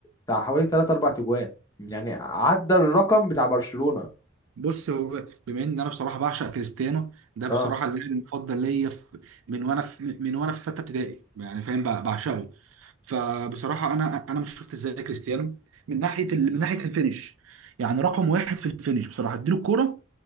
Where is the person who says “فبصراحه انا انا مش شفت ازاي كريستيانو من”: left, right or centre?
Right